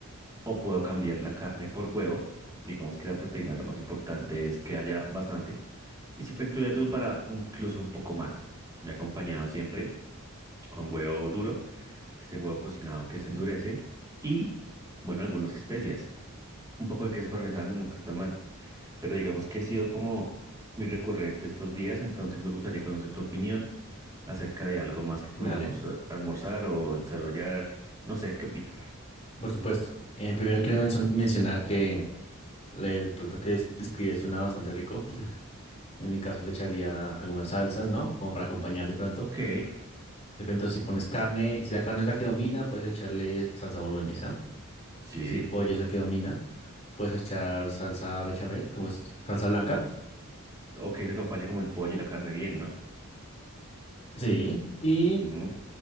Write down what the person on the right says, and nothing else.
o puedo cambiar la carne por huevo. Digamos que la proteína lo más importante es que haya bastante y siempre incluye atún para incluso un poco más. Le he acompañado siempre con huevo duro, este huevo cocinado que se endurece y, bueno, algunas especias. Un poco de queso parmesano nunca está mal, pero digamos que ha sido como muy recurrente estos días, entonces me gustaría conocer tu opinión acerca de algo más que pudiéramos
eh, almorzar o desarrollar. No sé, ¿qué opinas?
Ok,
sí.
Ok, se acompaña como el pollo y la carne bien, ¿no?
Ujú.